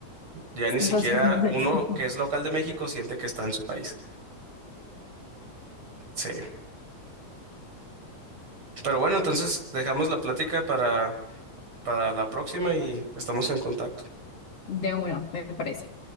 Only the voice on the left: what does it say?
Estados
Unidos, Bélgica.
De uno, me parece.